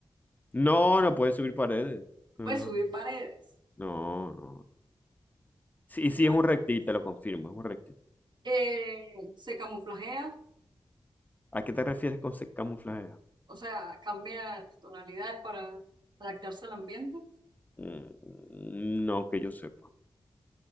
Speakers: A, on the left; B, on the right.
A: No, no puede subir paredes. No,
B: puede
A: no,
B: subir paredes,
A: no, no. Sí, sí,
B: Ah.
A: es un reptil, te lo confirmo, es un reptil.
B: eh, se camuflajea,
A: ¿A qué te refieres con se camuflajea?
B: o sea, cambia las tonalidades para adaptarse al ambiente.
A: Mm, No que yo sepa.